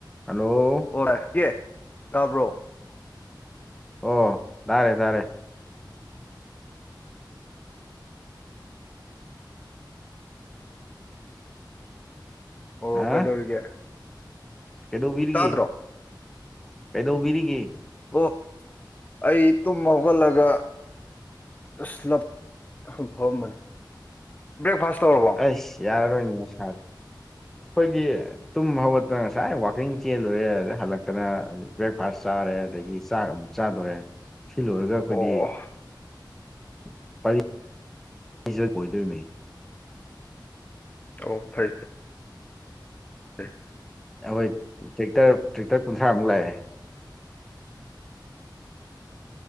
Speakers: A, in the centre; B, on the left (about 20°).
A: hello
B: <unintelligible> ꯇꯥꯕ꯭ꯔꯣ
A: ꯑꯣ ꯇꯥꯔꯦ ꯇꯥꯔꯦ
B: ꯑꯣ
A: ꯍꯥ
B: ꯀꯩꯗꯧꯔꯤꯒꯦ
A: ꯀꯩꯗꯧꯕꯤꯔꯤꯒꯦ
B: ꯇꯥꯗ꯭ꯔꯣ
A: ꯀꯩꯗꯧꯕꯤꯔꯤꯒꯦ
B: ꯑꯣ ꯑꯩ ꯇꯨꯝ ꯍꯧꯒꯠꯂꯒ ꯑꯁ ꯂꯞ ꯌꯥꯝ ꯐꯔꯝꯕꯅꯤ ꯕ꯭ꯔꯦꯛꯐꯥꯁ ꯇꯧꯔꯕꯣ
A: ꯑꯁ ꯌꯥꯔꯔꯣꯏꯅꯤ ꯅꯁꯥꯗ ꯑꯩꯈꯣꯏꯗꯤ ꯇꯨꯝ ꯍꯧꯒꯠꯇꯅ ꯉꯁꯥꯏ ꯋꯥꯛꯀꯤꯡ ꯆꯦꯜꯂꯨꯔꯦ ꯑꯗꯩ ꯍꯜꯂꯛꯇꯅ ꯕ꯭ꯔꯦꯛꯐꯥꯁ ꯆꯥꯔꯦ ꯑꯗꯒꯤ ꯆꯥꯛ ꯆꯥꯗꯣꯔꯦ ꯁꯤ ꯂꯣꯏꯔꯒ ꯑꯩꯈꯣꯏꯗꯤ
B: ꯑꯣ
A: <unintelligible> ꯑꯣꯏꯗꯣꯏꯅꯤ
B: ꯑꯣ ꯐꯩ ꯐꯩ <inaudible>
A: ꯑꯩꯈꯣꯏ ꯇ꯭ꯔꯦꯛꯇꯔ ꯇ꯭ꯔꯦꯛꯇꯔ ꯀꯨꯟꯊ꯭ꯔꯥꯃꯨꯛ ꯂꯥꯛꯑꯦ